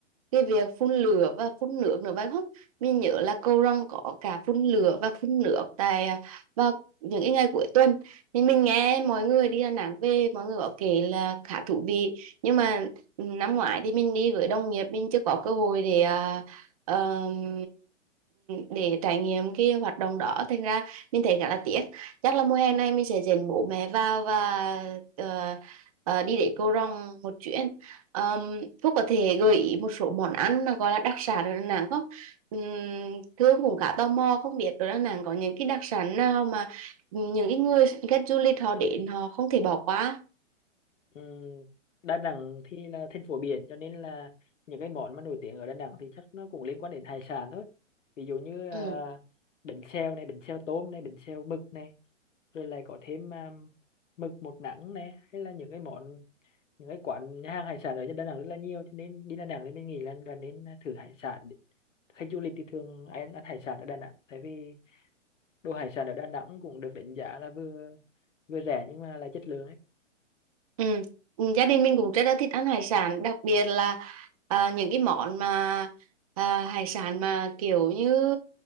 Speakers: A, on the right; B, on the left.
A: cái việc phun lửa và phun nước nữa phải không mình nhớ là cầu răng có cả phun lửa và phun nước tại à, vào những cái ngày cuối tuần thì mình nghe mọi người đi Đà Nẵng về mọi người có kể là khá thú vị nhưng mà năm ngoái thì mình đi với đồng nghiệp mình chưa có cơ hội để à, ờm, để trải nghiệm cái hoạt động đó thành ra mình thấy khá là tiếc chắc là mùa hè này mình sẽ dẫn bố mẹ vào và ờ, ờ, đi để cầu răng một chuyến Um, Phúc có thể gợi ý một số món ăn mà gọi là đặc sản ở Đà Nẵng không? Um, Thương cũng khá tò mò không biết ở Đà Nẵng có những cái đặc sản nào mà những cái người khách du lịch họ đến họ không thể bỏ qua.
B: Ừm, Đà Nẵng thì là thành phố biển cho nên là những cái món mà nổi tiếng ở Đà Nẵng thì chắc nó cũng liên quan đến hải sản thôi ví dụ như à,
A: Ừ.
B: bánh xèo này bánh xèo tôm này bánh xèo mực này rồi lại có thêm à, mực một nắng này hay là những cái món những cái quán nhà hàng hải sản ở Đà Nẵng rất là nhiều cho nên đi Đà Nẵng thì mình nghĩ là là nên thử hải sản khách du lịch thì thường ai ăn, ăn hải sản ở Đà Nẵng tại vì đồ hải sản ở Đà Nẵng cũng được đánh giá là vừa vừa rẻ nhưng mà là chất lượng ấy.
A: Ừ. ừ, Gia đình mình cũng rất là thích ăn hải sản đặc biệt là à, những cái món mà à, hải sản mà kiểu như